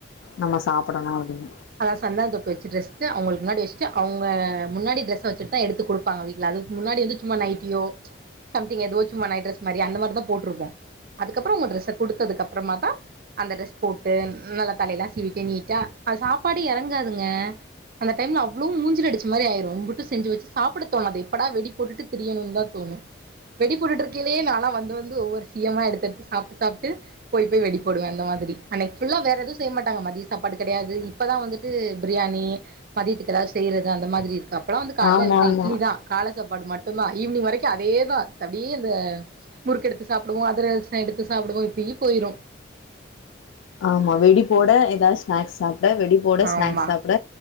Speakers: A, on the left; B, on the right.
A: நம்ம சாப்டனு அப்டின்
B: அதாது சந்தன தொட்டு வச்சி ட்ரெஸ்க்கு அவங்களுக்கு முன்னாடி வச்சுட்டு அவங்க முன்னாடி டிரெஸ்ஸ வச்சுட்டு தா எடுத்து குடுப் பாங்க வீட்ல அதுக்கு முன்னாடி வந்து சும்மா நைட்டியோ சம்திங் ஏதோ சும்மா நைட் ட்ரெஸ் மாரி அந்த மாரி தா போட்டுருப்போ அதுக்கப்பறோ உங்க ட்ரெஸ்ஸ குடுத்ததுக்கு அப்பறமா தா அந்த ட்ரெஸ் போட்டு நல்லா தலையெல்லா சீவீட்டு நீட்டா அது சாப்பாடு இறங்காதுங்க அந்த டைம்ல அவ்ளவு மூஞ்சில அடிச்ச மாரி ஆயிரு இம்புட்டு செஞ்சி வச்சு சாப்ட தோணாது எப்படா வெடி போட்டுட்டு திரியணுன்னு தா தோணு வெடி போட்டுட்டு இருக்கேலயே நாலா வந்து வந்து ஒவ்வொரு சியமா எடுத் து சாப்ட்டு சாப்ட்டு போய் போய் வெடி போடுவே அந்த மாதிரி அன்னக்கி ஃபுல்லா வேற எதுவு செய்ய மாட்டாங்க மதிய சாப்பாடு கெடையாது இப்பதா வந்துட்டு பிரியாணி மதியத்துக்கு ஏதாது செய்றது அந்த மாதிரி இருக்கு அப்போல்லா வந்து கால்ல
A: ஆமா
B: அவிக்கிற
A: ஆமா
B: இட்லி தா கால சாப்பாடு மட்டுந்தா ஈவினிங் வரைக்கு அதேதா சப்டியே அந்த முறுக்கு எடுத்து சாப்டுவோ அதிர சோ எடுத்து சாப்டுவோ இப்பி போயிரு
A: ஆமா வெடி போட ஏதாது ஸ்நாக்ஸ் சாப்ட வெடி போட ஸ்நாக்ஸ்
B: ஆமா
A: சாப்ட